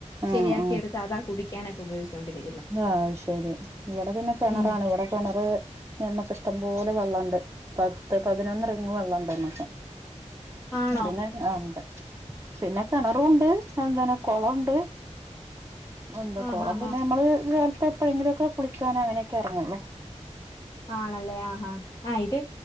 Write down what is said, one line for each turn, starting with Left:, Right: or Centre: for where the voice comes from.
Right: ആഹ്
Left: ശെരിയാക്കി
Right: ആഹ്
Left: എട് ത്ത് അതാ കുടിക്കാനൊക്കെ ഉപയോഗിച്ചോണ്ടിരി
Right: ആഹ് ശെരി ഇവിടെ പിന്നെ കെണറാണ്
Left: ഉം
Right: ഇവിടെ കെണറ് ഞമ്മക്ക് ഇഷ്ടംപോല വെള്ളണ്ട് പത്ത് പതിനൊന്നര റിങ്ങ് വെള്ളണ്ടാരുന്നു മ്മക്ക്
Left: ആണോ
Right: ഉം പിന്നെ ആഹ് എന്താ പിന്നെ കെണറും ഒണ്ട് എന്താണ് കൊളോണ്ട് എന്താ
Left: ആ
Right: കൊളം
Left: ഹാ ഹാ
Right: പിന്നെ ഞമ്മള് കാലത്ത് എപ്പഴെങ്കിലും ഒക്ക കുളിക്കാനോ അങ്ങനെയൊക്കെ എറങ്ങുള്ളു
Left: ആണല്ലേ ആഹ് ഹാ ആഹ് ഇത്